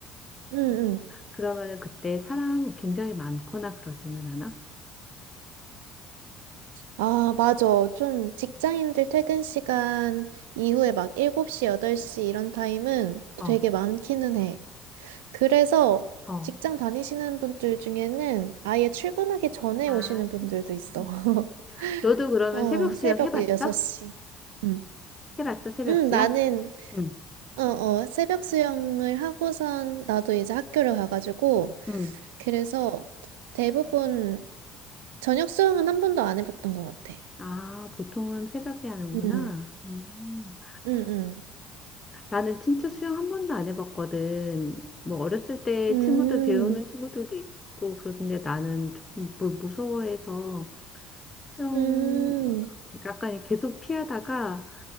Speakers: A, on the right; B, on the left.
A: 음, 음.
B: 그러면은 그때 사람 굉장히 많거나 그러지는 않아?
A: 아, 맞아. 좀 직장인들 퇴근 시간 이후에 막 7시, 8시 이런 타임은 되게
B: 어,
A: 많기는 해. 그래서
B: 어.
A: 직장 다니시는 분들 중에는 아예 출근하기 전에
B: 아,
A: 오시는 분들도
B: 새벽
A: 있어.
B: 수영.
A: <laughs>
B: 너도 그러면
A: 어,
B: 새벽 수영
A: 새벽
B: 해봤어?
A: 6시. 음.
B: 해봤어, 새벽
A: 응,
B: 수영?
A: 나는,
B: 응,
A: 어, 어, 새벽 수영을 하고선 나도 이제 학교를 가가지고,
B: 응.
A: 그래서 대부분 저녁 수영은 한 번도 안 해봤던 것 같아.
B: 아, 보통은 새벽에 하는구나.
A: 응,
B: 음.
A: 응, 응.
B: 나는 진짜 수영 한 번도 안 해봤거든. 뭐 어렸을 때
A: 음,
B: 친구들 배우는 친구들도 있고 그러던데 나는 조금 물 무서워해서 수영
A: 음,
B: 약간 계속 피하다가